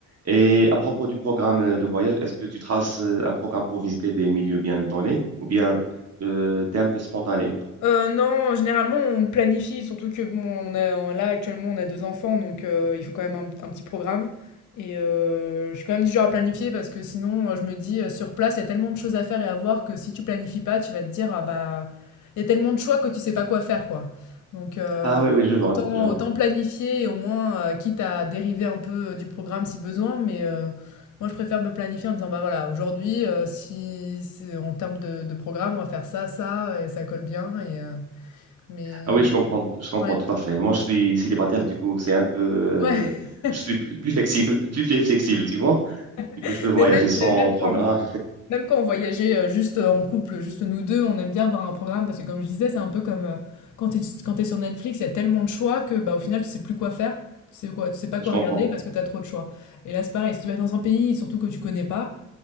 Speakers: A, on the right; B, on the left.
A: Et à propos du programme euh, de voyage, est-ce que tu traces euh, un programme pour visiter des milieux bien donnés ou bien euh, t'es un peu spontané?
B: Heu, non, généralement, on planifie surtout que bon, on a on là, actuellement, on a 2 enfants donc heu, il faut quand même un un petit programme et heu, je suis quand même du genre à planifier parce que sinon, heu, je me dis, heu, sur place, il y a tellement de choses à faire et à voir que si tu planifies pas, tu vas te dire: «Ah bah, il y a tellement de choix que tu sais pas quoi faire, quoi». Donc heu,
A: Ah oui, oui, je vois,
B: autant
A: je vois.
B: autant planifier et au moins, heu, quitte à dériver un peu, heu, du programme si besoin mais heu, moi, je préfère me planifier en disant, bah voilà, aujourd'hui, euh, si, si- en termes de, de programme, on va faire ça, ça, et ça colle bien. Et, euh, mais euh,
A: Ah oui, je comprends, je comprends
B: ouais,
A: tout à fait. Moi, je suis célibataire, du coup, c'est un peu, euh,
B: ouais.
A: je suis p- plus flexible, plus, plus flexible, tu vois. Du
B: <laughs>
A: coup, je peux voyager
B: Mais même,
A: sans
B: mais même
A: programme.
B: quand, même quand on voyageait euh, juste euh, en couple, juste nous deux, on aime bien avoir un programme parce que, comme je disais, c'est un peu comme euh, quand t'es, quand t'es sur Netflix, il y a tellement de choix que, bah, au final, tu sais plus quoi faire. Tu sais quoi, tu sais pas quoi
A: Je comprends.
B: regarder parce que t'as trop de choix. Et là, c'est pareil. Si tu vas dans un pays, surtout que tu connais pas.